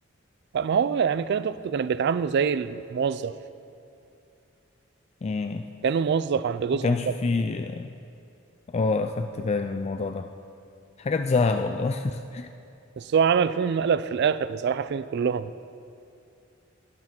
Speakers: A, on the right; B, on the left.
A: ما هو يعني كانت اخته كانت بتعامله زي الموظف
B: مم.
A: كانه موظف عند جوزها
B: ما كانش
A: مش أكتر.
B: فيه اه اخدت بالي من الموضوع ده حاجة تزعل والله <laughs>
A: بس هو عمل فيهم مقلب في الاخر بصراحه فيهم كلهم